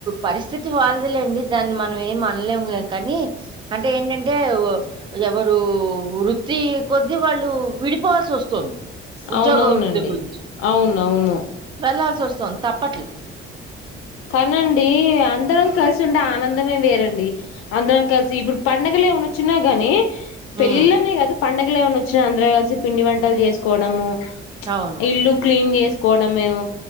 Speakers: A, on the right; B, on the left.
A: పరిస్థితి వాళ్ళదిలెండి. దాన్ని మనం ఏమి అనలేములే కానీ అంటే ఏంటంటే ఎవరూ వృత్తి కొద్ది వాళ్ళు విడిపోవాల్సి వస్తోంది. ఉద్యోగ
B: అవునవునండి
A: వృద్దిగురించి
B: అవునవును
A: వెళ్లాల్సి వస్తు సొంతపట్ల
B: కానండి అందరం కలిసి ఉంటే ఆనందమే వేరండి. అందరం కలిసి ఇప్పుడు పండగలు ఏమన్నా వచ్చినా గాని
A: హ్మ్.
B: పెళ్ళిలనే గాదు పండగ పండగలు ఏమైన వచ్చినా అందరు కలిసి పిండి వంటలు చేసుకోవడము
A: అవును.
B: ఇల్లు క్లీన్ చేస్ కోడమేమో